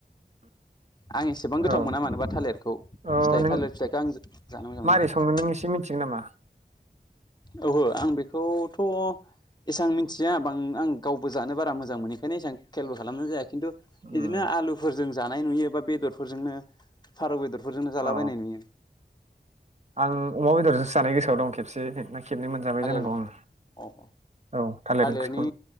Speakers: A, on the left; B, on the right.
A: आं एसेबां गोथाव
B: औ
A: मोना मानोबा थालिरखौ
B: अ
A: फिथाइ
B: नों
A: थालिर फिथाइखौ आं जानो मोजां
B: मारै
A: मोना।
B: सङो नों एसे मिथिगोन नामा
A: औओहो आं बेखौथ' एसेबां मिथिया बां आं गावबो जानो बारा मोजां मोनोखायनो एसेबां खेलबो खालामना जायाखै। खिन्थु
B: उम
A: बिदिनो आलुफोरजों जानाय नुयो बा बेदरफोरजोंनो फारौ बेदरफोरजोंनो जालाबायनाय
B: अ
A: नुयो।
B: आं अमा बेदरजों जानाय गोसोआव दं खेबसे। खेबनै मोनजाबाय
A: थालिर
B: जानांगौ आं
A: औ थालिरनि
B: औ थालिर ओंख्रिखौ